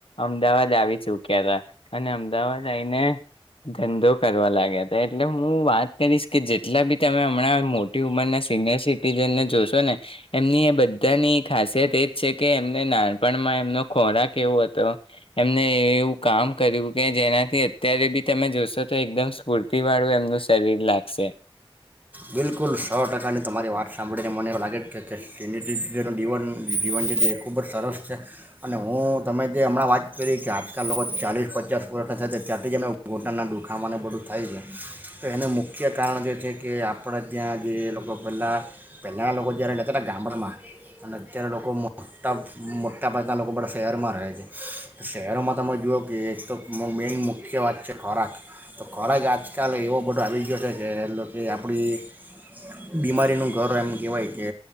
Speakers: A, on the left; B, on the right.
A: અમદાવાદ આવી ચુક્યા હતા અને અમદાવાદ આવીઈને ધંધો કરવા લાગ્યા હતા એટલે હું વાત કરીશ કે જેટલા બી તમે હમણાં મોટી ઉંમરના સિનિયર સિટીઝનને જોશો ને એમની એ બધાની ખાસિયત એજ છે કે એમને નાનપણમાં એમનો ખોરાક એવો હતો એમને એવું કામ કર્યું કે જેનાથી ત્યારે બી <unintelligible> એકદમ સ્ફૂર્તિ વાળું એમનું શરીર લાગશે.
B: બિલકુલ સો ટકાની તમારી વાત સાંભળીને મને એવું લાગે છે કે સિનટીનું જીવન જીવન છે તે એ ખૂબ જ સરસ છે, અને હું તમે જે હમણાં વાત કરી કે આજકાલ લોકો ચાલીસ પચાસ વર્ષના થાય ત્યાંથી જ એમને ઘોટના દુખાવાને બધું થાય છે, તો એનું મુખ્ય કારણ જે છે કે આપ આપણે ત્યાં જે લોકો પહેલાં, પહેલાંના લોકો જ્યારે રહેેતા ને ગામડામાં અને અત્યારે લોકો મોટા મોટા ભાગના લોકો બધા શહેરમાં રહે છે, શહેરોમાં તમે જોઓ કે એક તો મેઇન મુખ્ય વાત છે ખોરાક તો ખોરાક આજકાલ એવો બધો આવી ગયો છે કે એ આપણી, બીમારીનું ઘર એમ કહેવાય કે,